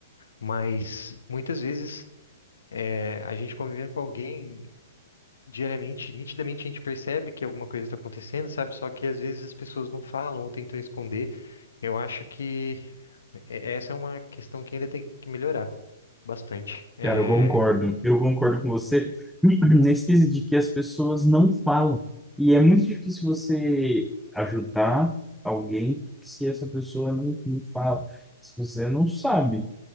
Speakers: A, on the left; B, in the centre.
A: mas muitas vezes é, a gente convivendo com alguém diariamente, nitidamente a gente percebe que alguma coisa está acontecendo, sabe? Só que às vezes as pessoas não falam ou tentam esconder. Eu acho que é- essa é uma questão que ainda tem que melhorar bastante. É,
B: Cara, eu concordo. Eu concordo com você <clears throat> nesse quesito de que as pessoas não falam. E é muito difícil você ajudar alguém se essa pessoa não, não fala, se você não sabe